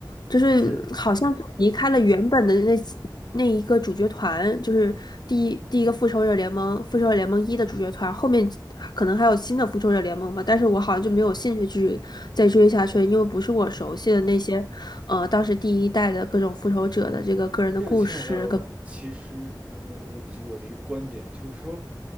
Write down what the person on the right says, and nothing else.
是
这个牵扯到，
其实我我就我的一个观点就是说，